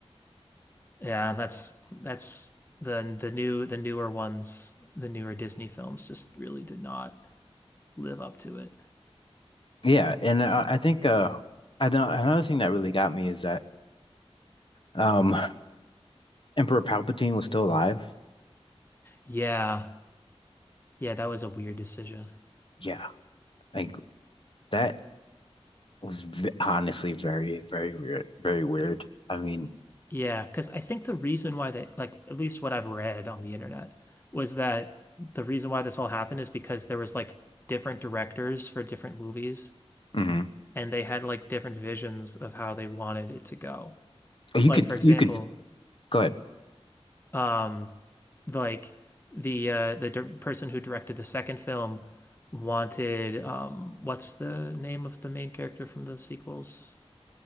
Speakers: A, on the left; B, on the left.
A: Yeah, that's that's the the new the newer ones, the newer Disney films just really did not live up to it.
B: Yeah, and uh, I think uh, I don't, another thing that really got me is that um, Emperor Palpatine was still alive.
A: Yeah. Yeah, that was a weird decision.
B: Yeah, like that was v honestly very, very weird, very weird. I mean,
A: Yeah, because I think the reason why they, like, at least what I've read on the internet, was that the reason why this all happened is because there was like different directors for different movies,
B: mhm.
A: and they had like different visions of how they wanted it to go.
B: You
A: Like,
B: can,
A: for example,
B: you can go ahead.
A: um, like the uh, the di person who directed the second film wanted um, what's the name of the main character from the sequels?